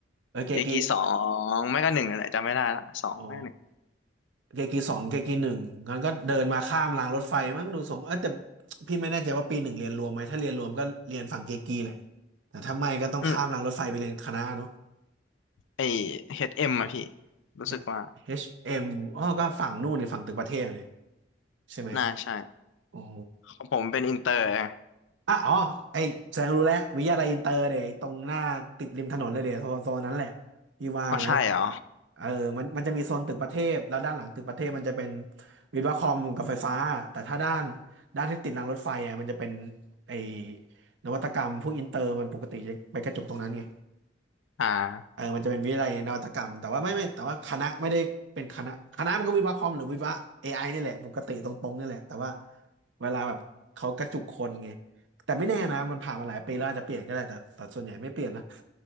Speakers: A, on the right; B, on the left.
A: เออเกกี
B: เกกีสองไม่ก็หนึ่งนั่นแหละจำไม่ได้ละสองไม่ก็หนึ่ง
A: อ๋อ เกกีสองเกกีหนึ่งงั้นก็เดินมาข้ามรางรถไฟมั้งดูทรงเออแต่พี่ไม่แน่ใจว่าปีหนึ่งเรียนรวมไหมถ้าเรียนรวมก็เรียนฝั่งเกกีแหละแต่ถ้าไม่ก็ต้องข้ามรางรถไฟไปเรียนคณะเนาะ
B: อืมไอเฮดเอ็มอะพี่รู้สึกว่า
A: H- m อชเอ็มอ๋อก็ฝั่งนู่นนี่ฝั่งตึกประเทศนี่ใช่ไหม
B: น่าใช่
A: อ๋อ
B: ของผมเป็นอินเตอร์ไง
A: อ่ะอ๋อไอแสดงรู้แล้ววิทยาลัยอินเตอร์เดี่ยไตรงหน้าติดริมถนนเลยเดี๋ยวโซนโซนนั้นแหละพี่ว่านะ
B: อ๋อใช่เหรอ
A: เออมันมันจะมีโซนตึกประเทศแล้วด้านหลังตึกประเทศมันจะเป็นวิศวะคอมกับไฟฟ้าแต่ถ้าด้านด้านที่ติดรางรถไฟอ่ะมันจะเป็นไอนวัตกรรมพวกอินเตอร์มันปกติจะไปกระจุกตรงนั้นไง
B: อ่า
A: เออมันจะเป็นวิทยาลัยนวัตกรรม แต่ว่าไม่ไม่แต่ว่าคณะไม่ได้เป็นคณะคณะมันก็วิศวะคอมหรือวิศวะ AI นี่แหละ ปกติตรงๆนี่แหละ แต่ว่าเวลาแบบเขากระจุกคนไงแต่ไม่แน่นะ มันผ่านมาหลายปีแล้วอาจจะเปลี่ยนก็ได้แต่แต่ส่วนใหญ่ไม่เปลี่ยนนะ